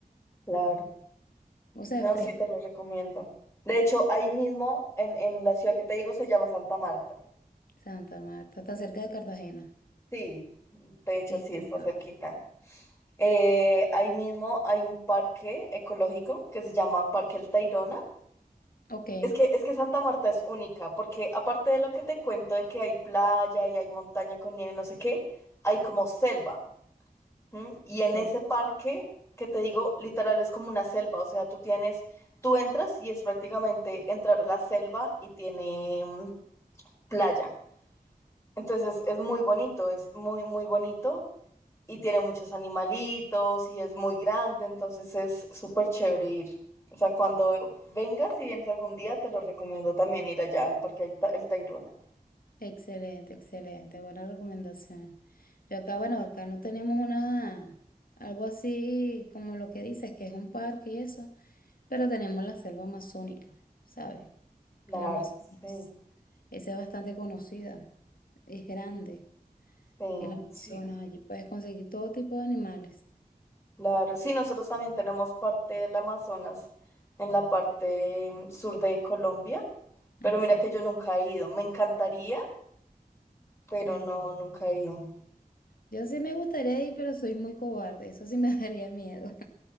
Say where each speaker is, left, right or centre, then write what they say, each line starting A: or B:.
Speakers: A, on the left (about 15°); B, on the left (about 65°).
A: claro.
B: O sea,
A: No,
B: es fresco.
A: sí, te lo recomiendo. De hecho, ahí mismo, en, en la ciudad que te digo, se llama Santa Marta.
B: Santa Marta, está cerca de Cartagena.
A: Sí, de hecho,
B: Sí, he
A: sí,
B: escuchado.
A: está cerquita. Eh, ahí mismo hay un parque ecológico que se llama Parque El Tayrona.
B: Ok,
A: Es que, es que Santa Marta es única, porque aparte de lo que te cuento de que hay playa y hay montaña con nieve y no sé qué, hay como selva. ¿m? Y
B: ok.
A: en ese parque, que te digo, literal es como una selva, o sea, tú tienes, tú entras y es prácticamente entrar a la selva y tiene mm, playa. Entonces es muy bonito, es muy, muy bonito y tiene muchos animalitos y es muy grande, entonces es súper chévere ir. O sea, cuando vengas y vienes algún día, te lo recomiendo también ir allá al Parque Aita- El Tayrona.
B: Excelente, excelente, buena recomendación. Yo acá, bueno, acá no tenemos una, algo así como lo que dices, que es un parque y eso, pero tenemos la selva amazónica, ¿sabes?
A: Claro,
B: El Amazonas.
A: sí,
B: Esa es bastante conocida. Es grande.
A: sí,
B: El Amazonas.
A: sí,
B: Allí puedes conseguir todo tipo de animales.
A: claro. Sí, nosotros también tenemos parte del Amazonas en la parte mm, sur de Colombia, pero
B: Excelente.
A: mira que yo nunca he ido. Me encantaría, pero
B: Eh,
A: no, nunca he ido.
B: yo sí me gustaría ir, pero soy muy cobarde. Eso sí me <laughs> daría miedo.